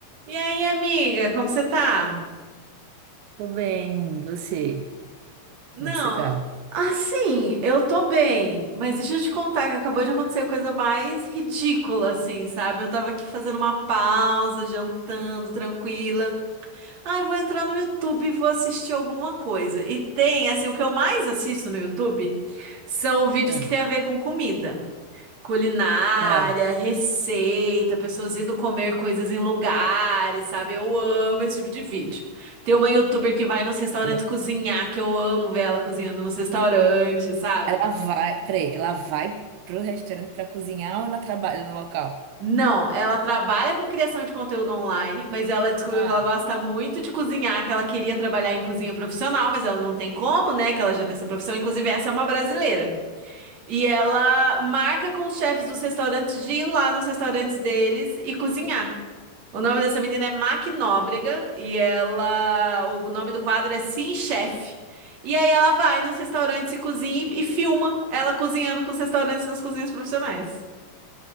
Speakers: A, on the right (about 40°); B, on the right (about 80°).
A: E aí, amiga, como você tá?
B: Tô bem, e você?
A: Não,
B: Como é que você tá?
A: assim, eu tô bem, mas deixa eu te contar que acabou de acontecer a coisa mais ridícula, assim, sabe? Eu tava aqui fazendo uma pausa, jantando, tranquila. Ai, vou entrar no YouTube e vou assistir alguma coisa. E tem, assim, o que eu mais assisto no YouTube são vídeos
B: Hum.
A: que tem a ver com comida. Culinária,
B: Ah,
A: receita, pessoas indo comer coisas em lugares, sabe? Eu amo esse tipo de vídeo. Tem uma youtuber que vai nos restaurantes
B: que lou-
A: cozinhar, que eu amo ver ela cozinhando nos restaurantes, sabe?
B: Ela vai, peraí, ela vai pro restaurante pra cozinhar ou ela trabalha no local?
A: Não, ela trabalha com criação de conteúdo online, mas ela descobriu
B: Ah,
A: que ela gosta muito de cozinhar, que ela queria trabalhar em cozinha profissional, mas ela não tem como, né? Que ela já tem essa profissão. Inclusive, essa é uma brasileira. E ela marca com os chefes dos restaurantes de ir lá nos restaurantes deles e cozinhar. O nome dessa menina é Mac Nóbrega e ela, o nome do quadro é Sim, Chefe. E aí ela vai nos restaurantes e cozinha e, e filma ela cozinhando com os restaurantes nas cozinhas profissionais.